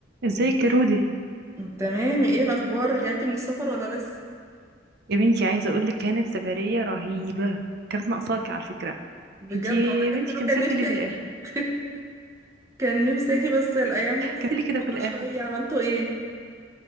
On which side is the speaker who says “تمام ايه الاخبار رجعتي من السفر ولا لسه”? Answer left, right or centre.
Right